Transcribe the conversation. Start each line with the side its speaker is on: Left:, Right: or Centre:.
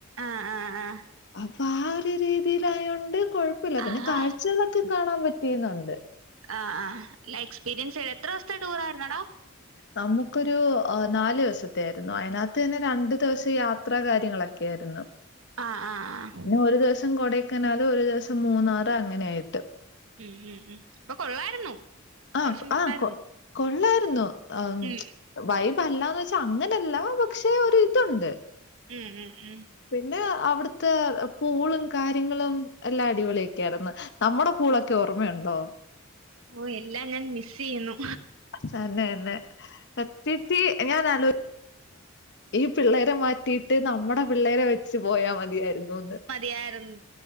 Right: ആഹ് ആഹ് ആഹ്
Left: അപ്പൊ ആ രു രീതിയിലായോണ്ട് കൊഴപ്പല്ല പിന്നെ
Right: ആഹാ
Left: കാഴ്ച്ചാള്ള് ഒക്കെ കാണാൻ പറ്റീന്നുണ്ട്.
Right: ആ ആ ല്ല എക്സ്പീരിയൻസായിരുന്നു. എത്ര ദിവസത്തെ ടൂറായിരുന്നടാ?
Left: നമുക്കൊരു ആഹ് നാല് ദിവസത്തെ ആയിരുന്നു. അതിനകത്തന്നെ രണ്ടു ദിവസം യാത്ര കാര്യങ്ങളൊക്കെ ആയിരുന്നു.
Right: ആഹ ആഹ ആഹ
Left: ഒരു ദിവസം കൊടേക്കനാല് ഒരു ദിവസം മൂന്നാറ് അങ്ങനെയായിട്ട്
Right: ഉം ഉം ഉം അപ്പൊ കൊള്ളായിരുന്നു? അത്യാവശ്യം
Left: ആഹ്
Right: കൊള്ളായിരുന്നു
Left: ആഹ് കൊ കൊള്ളായിരുന്നു ആഹ്
Right: ഉം
Left: വൈബല്ലാന്ന് വച്ചാ അങ്ങനെല്ല പക്ഷെ ഒരിതുണ്ട്.
Right: ഉം ഉം ഉം
Left: പിന്നെ അവിടുത്തെ പൂളും കാര്യങ്ങളും എല്ലാം അടിപൊളിയൊക്കെയിരുന്നു. നമ്മടെ പൂളൊക്കെ ഓർമ്മയുണ്ടോ?
Right: ഓ എല്ലാം ഞാൻ മിസ്എയ്യുന്നു
Left: തന്നെ തന്നെ സത്യത്തി ഞാനാലോച് ഈ പിള്ളേരെ മാറ്റിയിട്ട് നമ്മടെ പിള്ളേരെ വെച്ച് പോയാ മതിയായിരുന്നുന്ന്
Right: മതിയായിരുന്നു